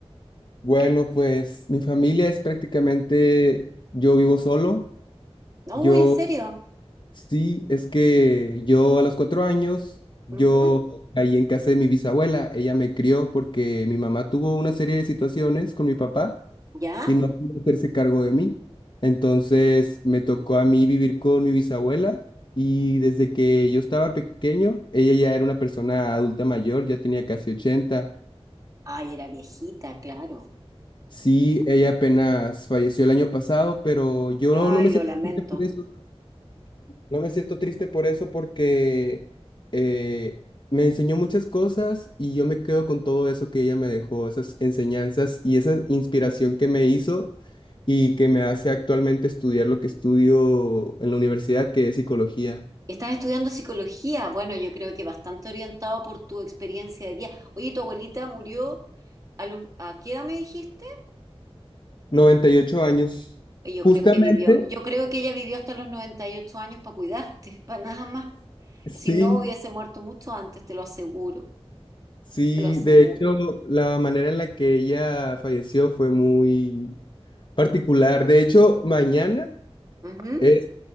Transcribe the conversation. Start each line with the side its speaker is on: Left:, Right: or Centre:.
Left: Bueno, pues mi familia es prácticamente, yo vivo solo,
Right: No,
Left: yo
Right: ¿en serio?
Left: Sí, es que yo a los cuatro años, yo
Right: Ujú,
Left: caí en casa de mi bisabuela. Ella me crió porque mi mamá tuvo una serie de situaciones con mi papá
Right: ¿Ya?
Left: y no pudo hacerse cargo de mí. Entonces me tocó a mí vivir con mi bisabuela y desde que yo estaba pequeño, ella ya era una persona adulta mayor, ya tenía casi 80.
Right: Ay, era viejita, claro.
Left: Sí, ella apenas falleció el año pasado, pero yo
Right: Ay,
Left: no me
Right: lo
Left: sentí
Right: lamento.
Left: triste por eso. No me siento triste por eso porque eh, me enseñó muchas cosas y yo me quedo con todo eso que ella me dejó, esas enseñanzas y esa inspiración que me hizo y que me hace actualmente estudiar lo que estudio en la universidad, que es psicología.
Right: Estás estudiando psicología. Bueno, yo creo que bastante orientado por tu experiencia de vida. Oye, tu abuelita murió a los, ¿a qué edad me dijiste?
Left: 98 años.
Right: Oye, Yo
Left: Justamente,
Right: creo que vivió, yo creo que ella vivió hasta los 98 años para cuidarte, para nada más.
Left: sí,
Right: Si no hubiese muerto mucho antes, te lo aseguro,
Left: sí.
Right: te lo aseguro.
Left: De hecho, la manera en la que ella falleció fue muy particular. De hecho, mañana
Right: Ujú.
Left: es